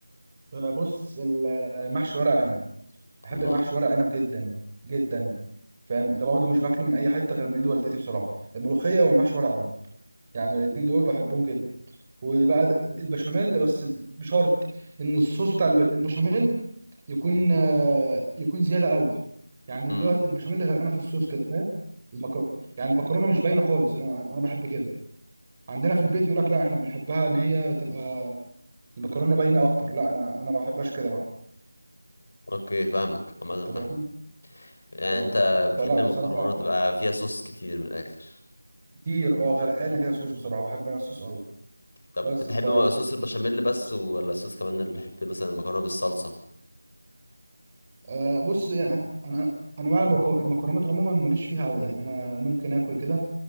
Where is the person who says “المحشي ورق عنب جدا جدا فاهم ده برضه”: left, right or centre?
Right